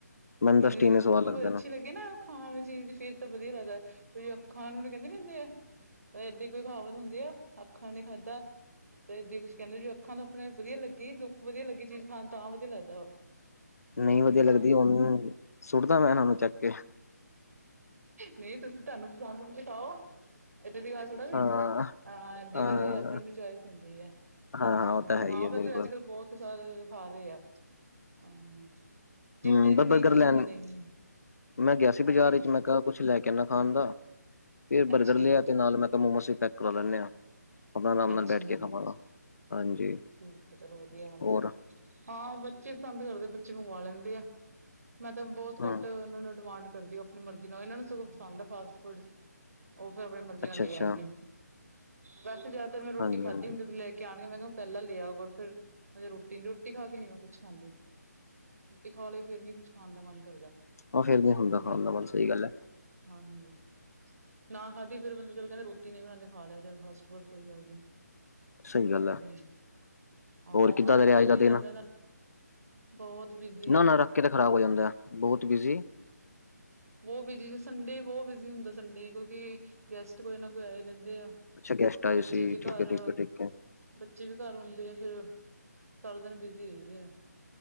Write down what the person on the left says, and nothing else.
ਮੈਨੂੰ
ਤਾਂ ਸਟੀਮ
ਹੀ ਸਵਾਦ ਲੱਗਦਾ
ਨਈਂ ਵਧੀਆਂ
ਲੱਗਦੀ ਹੁਨ, ਸੁੱਟਦਾ ਮੈਂ ਏਨਾਂ ਨੂੰ ਚੱਕ ਕੇ?
ਹਾਂ
ਹਾਂ
ਹਾਂ-ਹਾਂ
ਉਹ ਤਾਂ
ਹੈ ਹੀ
ਹੈ
ਬਿਲਕੁਲ
ਹੂੰ,
ਬ
ਬਰਗਰ
ਲੈਣ,
ਮੈਂ ਗਿਆ ਸੀ
ਬਾਜਾਰ ਵਿੱਚ ਮੈਂ ਕਾ ਕੁਛ ਲੈ ਕੇ ਆਣਾ ਖਾਣ ਦਾ, ਫੇਰ
ਬਰਗਰ
ਲਿਆ ਤੇ ਨਾਲ ਮੈਂ ਕੇਆ ਮੋਮੋਸ ਵੀ ਪੈਕ ਕਰਾ ਲੈਂਣੇ ਆ। ਅਪਨਾ ਰਾਮ
ਨਾਲ ਬੈਠ ਕੇ
ਖਾਵਾਂਗਾ, ਹਾਂਜੀ।
ਹੋਰ
ਹੂੰ
ਅੱਛਾ-ਅੱਛਾ
ਹਾਂਜੀ-ਹਾਂਜੀ
ਓ ਫੇਰ ਨੀ ਹੁੰਦਾ
ਖਾਣ ਦਾ ਮਨ, ਸਈ ਗੱਲ ਐ।
ਸਈ ਗੱਲ ਐ,
ਹੋਰ ਕਿੱਦਾਂ
ਦਾ ਰਿਹਾ ਅੱਜ
ਦਾ
ਦਿਨ?
ਨਾ-ਨਾ ਰੱਖ ਕੇ ਤਾਂ ਖਰਾਬ ਹੋ ਜਾਂਦਾ, ਬਹੋਤ ਬੀਜੀ?
ਅੱਛਾ, ਗੈਸਟ ਆਏ
ਸੀ
ਠੀਕੈ-ਠੀਕੈ-ਠੀਕੈ।